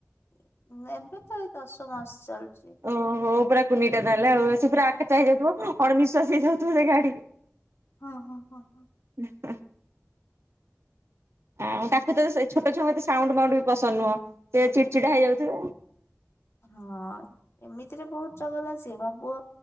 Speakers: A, on the left; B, on the right.
A: ହୁଁ ଏବେ ତ ଏଇ ଦଶ ମାସ ଚାଲୁଚି।
B: ଓହୋ ହୋ ପୁରା କୁନି ଟା ତାହାଲେ ଆଉ। ସେ ପୁରା
A: ହଁ।
B: ଆକାଚାଇ ହେଇଯାଉଥିବ ଅଣନିଃଶ୍ଵାସୀ ହେଇଯାଉଥିବ ସେ ଗାଡି।
A: ହଁ ହଁ ହଁ ହଁ ହଁ
B: <unintelligible> ଆଉ ତାକୁ ତ ସେଇ ଛୋଟ ଛୁଆଙ୍କୁ ଏତେ ସାଉଣ୍ଡ ମାଉଣ୍ଡ ବି ପସନ୍ଦ ନୁହଁ ସେ ଚିଡ୍ ଚିଡା ହେଇଯାଉଥିବେ।
A: ହଁ ଏମିତିରେ ବହୁତ ଚଗଲା ସିଏ ମୋ ପୁଅ